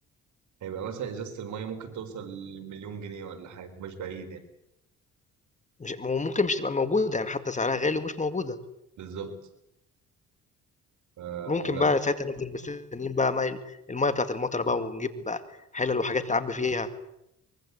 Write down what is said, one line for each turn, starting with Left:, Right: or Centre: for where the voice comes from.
Right: هيبقى مثلا ازازه الميه ممكن توصل لمليون جنيه ولا حاجه مش بعيد يعني
Left: مش وممكن مش تبقى موجوده يعني حتى سعرها غالي ومش موجوده
Right: بالظبط آه
Left: ممكن بقى ساعتها نفضل مستنيين بقى ماي المَيّة بتاعة المطرة بقى، ونجيب بقى حِلَل وحاجات نعبّي فيها.